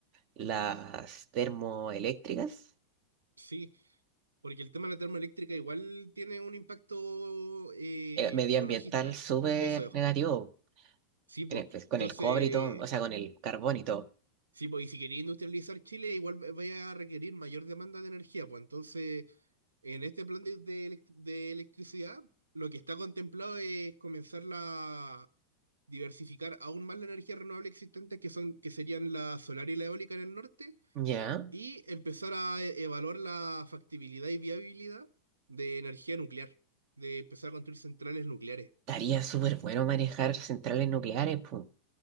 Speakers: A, on the right (about 40°); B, on the right (about 75°).
A: las termoeléctricas,
B: Sí, porque el tema de la termoeléctrica igual tiene un impacto eh,
A: eh, medioambiental
B: ecologista.
A: súper
B: Eso es.
A: negativo,
B: Sí, pues.
A: en el- pues, con
B: Entonces,
A: el cobre y todo, o sea, con el carbón y todo.
B: sí, pues, y si quería industrializar Chile, igual va- vaya a requerir mayor demanda de energía, pues entonces En este plan de, de elec- de electricidad, lo que está contemplado es comenzar a diversificar aún más la energía renovable existente, que son, que serían la solar y la eólica en el norte,
A: Ya,
B: y empezar a e- evaluar la factibilidad y viabilidad de energía nuclear, de empezar a construir centrales nucleares.
A: estaría súper bueno manejar centrales nucleares, pu.